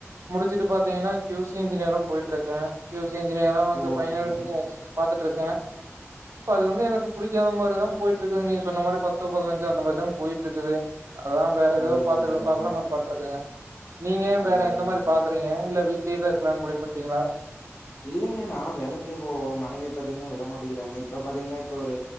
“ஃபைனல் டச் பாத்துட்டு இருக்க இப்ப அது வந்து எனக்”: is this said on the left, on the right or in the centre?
Right